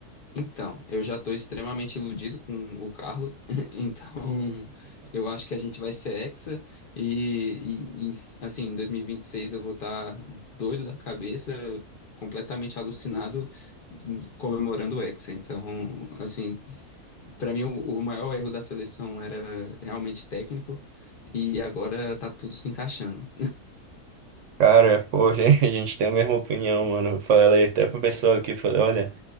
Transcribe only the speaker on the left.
Então, eu já estou extremamente iludido com o Carlo, <laughs> então eu acho que a gente vai ser hexa e, e- e, assim, em 2026 eu vou estar doido da cabeça, completamente alucinado, comemorando o hexa. Então, assim, para mim o, o maior erro da seleção era realmente técnico e agora tá tudo se encaixando.